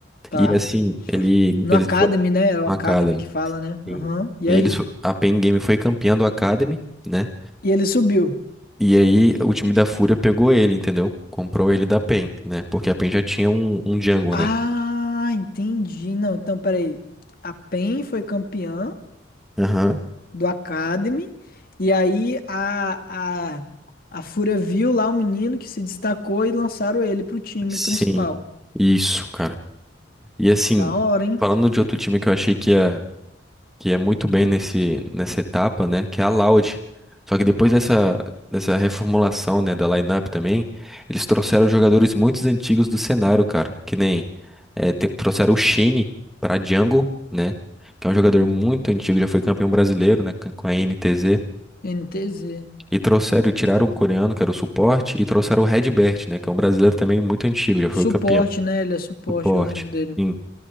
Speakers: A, on the left; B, in the centre.
A: tá.
B: E assim, ele,
A: No
B: eles
A: Academy,
B: foram
A: né? É o
B: no
A: Academy
B: Academy.
A: que fala, né? Aham,
B: Sim.
A: E
B: E
A: aí?
B: eles, fo- a PEN Game foi campeã do Academy, né?
A: E ele subiu.
B: E aí o time da Fúria pegou ele, entendeu? Comprou ele da PEN, né? Porque a PEN já tinha um, um Jungle,
A: Ah,
B: né?
A: entendi. Não, então peraí. A PEN foi campeã.
B: Aham.
A: do Academy. E aí a, a, a Fúria viu lá o menino que se destacou e lançaram ele pro time
B: Sim,
A: principal.
B: isso, cara. E assim,
A: Da hora, hein?
B: falando de outro time que eu achei que ia, que ia muito bem nesse, nessa etapa, né? Que é a Loud. Só que depois dessa, dessa reformulação, né, da lineup também, eles trouxeram jogadores muito antigos do cenário, cara. Que nem eh, te- trouxeram o Shine pra Jungle, né? Que é um
A: Hum,
B: jogador muito antigo, já foi campeão brasileiro, né? Com com a NTZ.
A: NTZ.
B: E trouxeram, e tiraram um coreano, que era o suporte, e trouxeram o Redbert, né? Que é um brasileiro também muito antigo, já foi
A: Suporte,
B: o campeão.
A: né? Ele é suporte,
B: Suporte.
A: eu lembro dele.
B: Sim.